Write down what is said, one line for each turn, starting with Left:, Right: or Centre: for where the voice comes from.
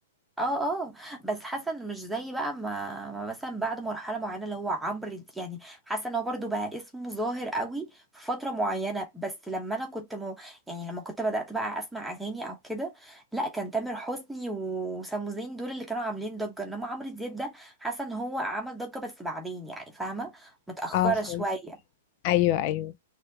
Centre: اه اه بس حاسه ان مش زي بقى ما ما مثلا بعد مرحله معينه اللي هو عمرو د- يعني حاسه ان هو برضو بقى اسمه ظاهر قوي في فتره معينه بس لما انا كنت م... يعني لما كنت بدات بقى اسمع اغاني او كده لا كان تامر حسني وسامو زين دول اللي كانوا عاملين ضجه انما عمرو دياب ده حاسه ان هو عمل ضجه بس بعدين يعني فاهمه متاخره
Left: اه فهمت
Centre: شويه
Left: ايوه ايوه